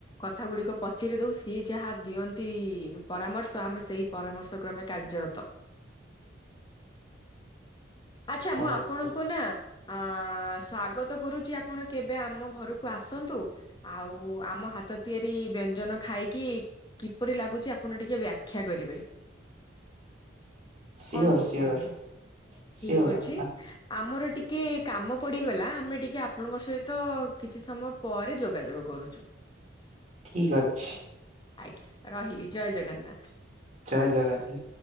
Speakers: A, on the left (about 25°); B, on the right (about 40°).
A: କଥା ଗୁଡିକ ପଚାରି ଦୋଉ ସିଏ ଯାହା ଦିଅନ୍ତି ପରାମର୍ଶ ଆମେ ସେଇ ପରାମର୍ଶ କ୍ରମେ କାର୍ଯ୍ୟରତ। ଆଛା
B: ଓହୋ
A: ମୁଁ ଆପଣଙ୍କୁ ନା ଆଁ ସ୍ଵାଗତ କରୁଛି ଆପଣ କେବେ ଆମ ଘରକୁ ଆସନ୍ତୁ। ଆଉ ଆମ ହାତ ତିଆରି ବ୍ୟଞ୍ଜନ ଖାଇକି କିପରି ଲାଗୁଚି ଆପଣ ଟିକେ ବ୍ୟାଖ୍ୟା କରିବେ।
B: ସିଓର
A: କଣ କୋହୁଛନ୍ତି
B: ସିଓର ସିଓର
A: ଠିକ୍ ଅଛି। ଆମର ଟିକେ କାମ ପଡିଗଲା ଆମେ ଟିକେ ଆପଣଙ୍କ ସହିତ କିଛି ସମୟ ପରେ ଯୋଗାଯୋଗ କରୁଚୁ।
B: ଠିକ ଅଛି।
A: ଆଜ୍ଞା ରହିଲି ଜୟ ଜଗନ୍ନାଥ୍।
B: ଜୟ ଜାଗନା